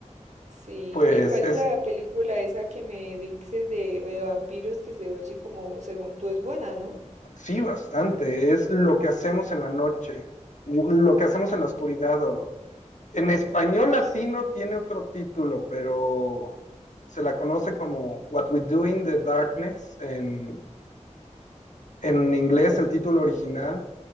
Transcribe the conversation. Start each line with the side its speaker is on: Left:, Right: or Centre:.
Right: Sí,
Left: pues
Right: ¿y cuál
Left: es,
Right: es la película esa que me dices de, de vampiros que se oye como, según tú, es buena, ¿no?
Left: sí, bastante, es lo que hacemos en la noche, lo que hacemos en la oscuridad o En
Right: Lo
Left: español
Right: que hacemos,
Left: latino tiene otro título, pero se la conoce como What We Do in the Darkness en, en inglés,
Right: What
Left: el título
Right: We
Left: original.
Right: Do